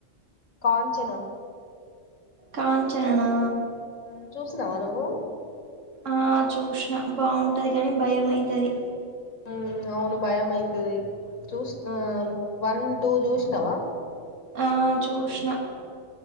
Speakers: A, on the left; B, on the right.
A: కాంచన
B: కాంచన నా?
A: మ్ చూసినవా నువ్వు?
B: ఆ చూశిన బావుంటది కాని, భయం అయితది.
A: మ్ అవును భయం అయితది. చూసినం వన్, టూ చూశనావా?
B: ఆ చూష్ణ